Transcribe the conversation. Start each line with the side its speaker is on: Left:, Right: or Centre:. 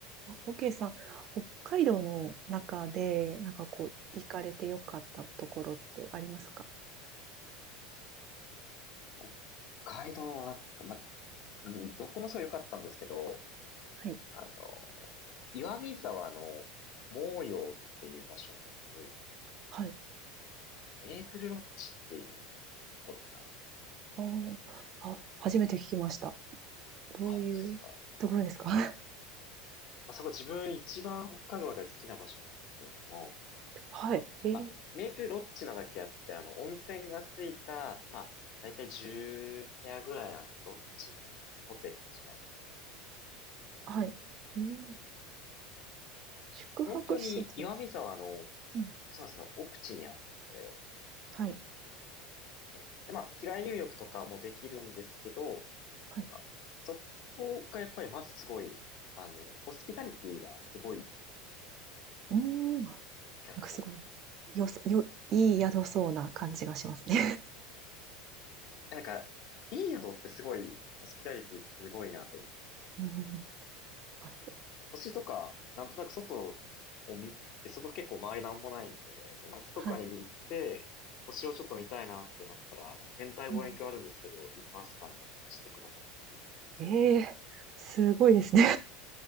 Right: あ、OK さん、北海道の中で、なんかこう、行かれてよかったところってありますか
Left: 北海道は、ま、うんどこもそう良かったんですけど、
Right: はい。
Left: あの、岩見沢の毛陽っていう場所にある
Right: はい。
Left: メープルロッジっていうところが、
Right: おーあーあ、初めて聞きました。どういうところですか
Left: あ、本当ですか。
Right: <laughs>
Left: まあそこ自分一番北海道の中で好きな場所なんですけれども、
Right: はい。えー、
Left: まあ、メープルロッジなだけあって、あの、温泉がついた、まあ、だいたい10部屋ぐらいあるロッジ、まあホテルに近いところなんですけど、
Right: はい。うん、宿泊施設です。
Left: 本当に岩見沢の、
Right: うん。
Left: そうなんですね、奥地にあって、
Right: はい。
Left: えーで、まあ、日帰り入浴とかもできるんですけど、
Right: はい。
Left: なんか、そこがやっぱりまずすごい、あの、ホスピタリティがすごいんですよね。
Right: うーん。あ
Left: キャストの方。
Right: なんかすごい、よそ、よ、いい宿そうな感じがしますね。
Left: えなんか、いい宿ってすごい、ホスピタリティすごいなと思うんですけど、
Right: <laughs> うんはい。
Left: 星とか、なんとなく外を見て、そこ結構周りなんもないんで、じゃあ夏とかに行って、
Right: はい。
Left: 星をちょっと見たいなってなったら、なんか天体望遠鏡あるんですけど、
Right: うん、
Left: いりますかみたいに貸してくださったり。
Right: えー、すごいですね。